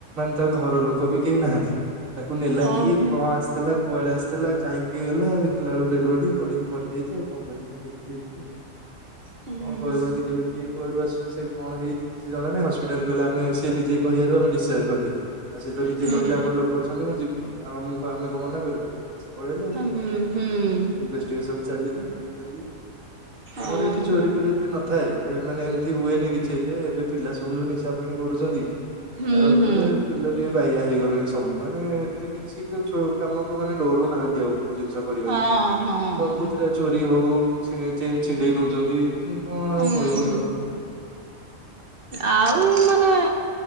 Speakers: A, on the right (about 70°); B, on the right (about 50°).
A: ତା ଘର ଲୋକ ବି କେହି ନାହାନ୍ତି। ତାକୁ ନେଲା
B: ଓହୋ
A: କିଏ କଣ ଆସିଥିଲା। କୁଆଡେ ଆସିଥିଲା କାହିଁକି ଗଲା ଦେଖିଲା ବେଳକୁ ଡେଡ୍ ବଡି ପଡ଼ିକି ମରିଯାଇଚି। ଆଉ କଣ କରିବେ ଏମିତି କି ହେଇଚି ।
B: ହୁଁ
A: କଣ
B: ହୁଁ
A: କହିବ ଆଜି କାଲି କିଏ କୁଆଡୁ ଆସୁଛି ସେ କଣ ହେଇଚି । କିଛି ଜଣା ନାହିଁ। ହସ୍ପିଟାଲ୍ ଗଲେ ଅ ସେ ନିଜେ କହିବାରୁ ଆମେ ଡିସଚାର୍ଜ କରିଦେଲୁ । ଆଉ ସେ ତ ନିଜେ
B: ହୁଁ।
A: କହିଲେ ଆମର ଲୋକ ଅଛନ୍ତି ମୁଁ ଯିବି। ଆଉ ମୁଁ ଆମେ କଣ ମନା କରିବୁ । ସେ ପଳେଇଲେ ଆଉ।
B: ହୁଁ ହୁଁ
A: ଇନ୍ଭେଷ୍ଟିକେସନ୍ ଚାଲିଚି ଏମତି ଆମର
B: ଓହୋ
A: ଏଇଠି ଚୋରି ଫୋରି ଏତେ ନ ଥାଏ ଏ ମାନେ ଏମିତି ହୁଏନି କିଛି ଏତେ। ଏବେ ପିଲା ସବୁ ଯୋଉ ନିଶା ପାଣି କରୁଚନ୍ତି । ତା
B: ହୁଁ
A: ଉପରେ
B: ହୁଁ
A: ପିଲାଟି ବାୟା ହେଇଗଲେଣି ସମୁ ମାନେ ଏତେ କିଛି କୋଉ ଛୁ କାମକୁ ମାନେ ଡରୁ ନାହାନ୍ତି ଆଉ । କୋଉ ଜିନିଷ କରିଆକୁ
B: ହଁ ହଁ।
A: ସବୁ ରି ହଉ ଛି ଚେନ୍ ଛିଣ୍ଡେଇ ନଉଛନ୍ତି କଣ
B: ହୁଁ
A: ଆଉ କହିବ କାହାକୁ ।
B: ଆଉ ଏମାନେ